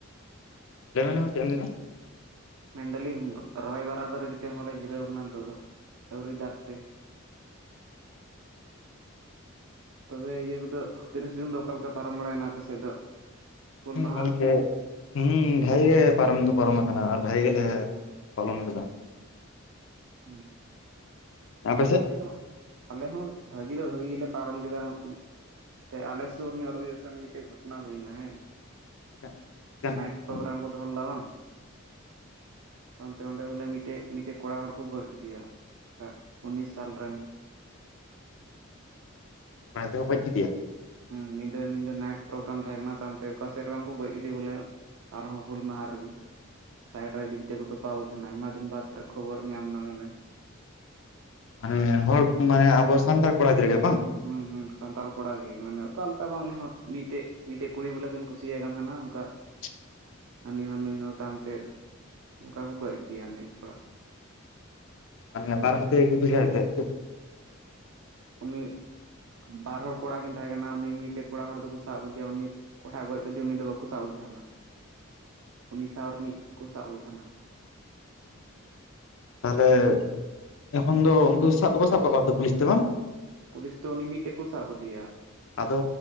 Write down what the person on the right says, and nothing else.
ᱢᱮᱱᱫᱟᱹᱞᱤᱧ ᱨᱚᱦᱚᱭ ᱵᱟᱨᱟ ᱵᱟᱹᱨᱤ ᱠᱟᱛᱮ ᱦᱚᱸᱞᱮ ᱡᱤᱨᱟᱹᱣ ᱠᱟᱱᱟ ᱱᱤᱛᱚᱜ ᱫᱚ ᱟᱹᱣᱨᱤ ᱫᱟᱜ ᱛᱮ᱾ ᱛᱚᱵᱮ ᱤᱭᱟᱹ ᱠᱚᱼᱫᱚ ᱛᱤᱨᱤᱥ ᱡᱩᱱ ᱫᱚ ᱚᱠᱟ ᱞᱮᱠᱟ ᱯᱟᱨᱚᱢ ᱵᱟᱲᱟᱭᱮᱱᱟ ᱟᱯᱮ ᱥᱮᱫ ᱫᱚ? ᱦᱩᱞ
ᱢᱟᱦᱟ?
ᱦᱩᱸ
ᱟᱞᱮ
ᱦᱚᱸ ᱟᱞᱮ ᱦᱚᱸ ᱵᱷᱟᱹᱜᱤ ᱫᱚ ᱵᱷᱟᱹᱜᱤ ᱜᱮᱞᱮ ᱯᱟᱨᱚᱢ ᱠᱮᱫᱟ ᱾ ᱛᱮ ᱟᱞᱮ ᱥᱳᱨ ᱧᱚᱜ ᱨᱮᱜᱮ ᱥᱮ ᱢᱤᱫᱴᱮᱡ ᱜᱷᱚᱴᱚᱱᱟ ᱦᱩᱭᱱᱟ ᱦᱮᱸ,
ᱱᱟᱭᱤᱴ
ᱯᱨᱳᱜᱨᱟᱢ
ᱠᱚ ᱫᱚᱦᱚ ᱞᱮᱫᱟ ᱵᱟᱝ ᱛᱟᱭᱚᱢ ᱛᱮ ᱚᱸᱰᱮ ᱵᱚᱞᱮ ᱢᱤᱴᱮᱡ ᱢᱤᱴᱮᱡ ᱠᱚᱲᱟ ᱦᱚᱲ, ᱠᱚ ᱜᱚᱡᱽ ᱠᱤᱫᱮᱭᱟ ᱩᱱᱤᱥ ᱥᱟᱞ ᱨᱮᱱ ᱾
ᱦᱩᱸ ᱱᱤᱫᱟᱹ ᱱᱤᱫᱟᱹ ᱱᱟᱭᱤᱴ ᱯᱨᱳᱜᱨᱟᱢ ᱛᱟᱦᱮᱸ ᱠᱟᱱᱟ ᱛᱟᱭᱚᱢᱛᱮ ᱚᱠᱟᱥᱮᱜ ᱨᱮ ᱵᱟᱝ ᱠᱚ ᱜᱚᱡᱽ ᱠᱮᱫᱮ ᱵᱚᱞᱮ, ᱟᱨᱦᱚᱸ ᱦᱩᱞ ᱢᱟᱦᱟ ᱨᱤᱜᱤ, ᱥᱟᱭᱮᱴ ᱨᱮ ᱤᱫᱤ ᱠᱟᱛᱮ ᱠᱚ ᱛᱚᱯᱟᱣ ᱛᱟᱦᱮᱱᱟ ᱟᱭᱢᱟ ᱫᱤᱱ ᱵᱟᱫᱽ ᱨᱮ ᱠᱷᱚᱵᱚᱨ ᱧᱟᱢ ᱮᱱᱟ, ᱢᱟᱱᱮ
ᱦᱩᱸ ᱦᱩᱸ ᱥᱟᱱᱛᱟᱞ ᱠᱚᱲᱟ ᱜᱮ ᱢᱟᱱᱮ ᱚᱠᱟᱞᱮᱠᱟ ᱵᱟᱝ ᱤᱱᱤᱦᱚ ᱢᱤᱜᱴᱮᱡ ᱢᱤᱜᱴᱮᱡ ᱠᱩᱲᱤ ᱵᱚᱞᱮ ᱠᱤᱱ ᱠᱩᱥᱤᱭᱟᱭ ᱠᱟᱱ ᱛᱟᱦᱮᱱᱟ ᱚᱱᱠᱟ
ᱦᱟᱹᱱᱤ ᱦᱚᱸ ᱱᱩᱭ ᱦᱚᱸ ᱛᱟᱢ ᱛᱮ ᱚᱱᱠᱟ ᱠᱚ ᱜᱚᱡᱽ ᱠᱮᱫᱮᱭᱟ ᱩᱱᱤ ᱠᱚᱲᱟ,
ᱩᱱᱤ ᱵᱟᱨ ᱦᱚᱲ ᱠᱚᱲᱟ ᱠᱤᱱ ᱛᱟᱦᱮᱸ ᱠᱟᱱᱟ᱾ ᱩᱱᱤ ᱢᱤᱫᱴᱮᱡ ᱠᱚᱲᱟ ᱦᱚᱲ ᱫᱚᱠᱚ ᱥᱟᱵ ᱠᱮᱫᱮᱭᱟ, ᱩᱱᱤ ᱠᱚᱴᱷᱟᱭ ᱜᱚᱡ ᱠᱟᱸᱫᱮ ᱩᱱᱤ ᱫᱚ ᱵᱟᱠᱚ ᱥᱟᱵᱠᱟᱫᱮ ᱛᱟᱦᱮᱱᱟ᱾ ᱩᱱᱤ ᱥᱟᱶ ᱨᱤᱱᱤᱡ ᱠᱩ ᱥᱟᱵ ᱠᱟᱫᱮ ᱛᱟᱦᱮᱱᱟ᱾
ᱯᱩᱞᱤᱥ ᱫᱚ ᱩᱱᱤ ᱢᱤᱫᱴᱮᱡ ᱠᱩ ᱥᱟᱵ ᱠᱟᱫᱤᱭᱟ᱾